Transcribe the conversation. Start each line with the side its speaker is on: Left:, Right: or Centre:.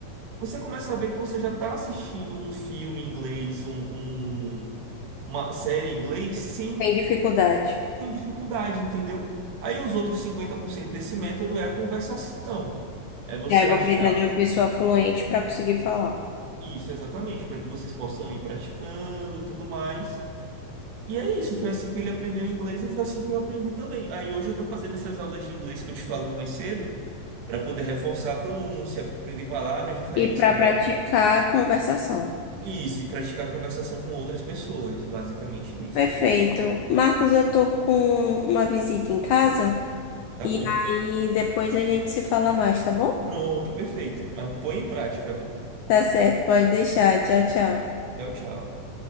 Right: você começa a ver que você já está assistindo um filme em inglês, um, um- uma série em inglês, sem,
Left: Tem dificuldade.
Right: sem dificuldade, entendeu? Aí os outros 50% desse método é a conversação. É você
Left: E aí eu vou
Right: achar.
Left: precisar de uma pessoa fluente para conseguir falar.
Right: Isso, exatamente, para que vocês possam ir praticando, tudo mais. E é isso, foi assim que ele aprendeu inglês e foi assim que eu aprendi também. Aí hoje eu tô fazendo essas aulas de inglês que eu te falei mais cedo, para poder reforçar a pronúncia, aprender palavras diferentes
Left: E para
Right: que
Left: praticar
Right: eu não aprendi.
Left: a conversação.
Right: E Isso, e praticar conversação com outras pessoas, basicamente isso.
Left: Perfeito. Marcos, eu tô com uma visita em casa
Right: Tá
Left: e
Right: bom.
Left: aí depois a gente se fala mais, tá bom?
Right: Pronto, perfeito. Mas põe em prática, viu?
Left: Tá certo, pode deixar. Tchau, tchau.
Right: Tchau, tchau.